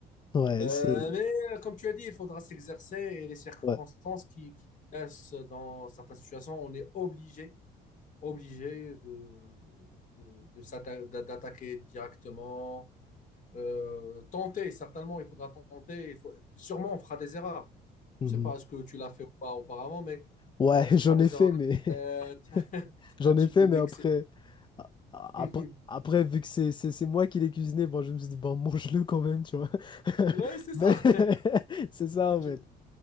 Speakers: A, on the left; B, on the left.
A: ouais,
B: Euh,
A: c'est,
B: mais euh, comme tu as dit, il faudra s'exercer et les circonstances
A: ouais.
B: qui, qui laissent dans certaines situations, on est obligé obligé de, de- de s'atta- d'a- d'attaquer directement, euh, tenter, certainement, il faudra tenter. il faut- sûrement, on fera des erreurs.
A: Mhm.
B: Je ne sais pas ce que tu l'as fait ou pas auparavant, mais
A: Ouais,
B: euh, tu
A: <laughs> j'en
B: feras des
A: ai fait,
B: erreurs
A: mais, <laughs>
B: de tête, <laughs>
A: J'en
B: un petit
A: ai fait,
B: peu
A: mais
B: d'excès.
A: après, a- a-
B: <laughs>
A: après, après, vu que c'est c'est- c'est moi qui l'ai cuisiné, bon, je me suis dit, bon, mange-le quand même, tu vois. <laughs>
B: Ouais, c'est
A: Mais
B: ça.
A: <laughs> c'est ça, en
B: Je-
A: fait.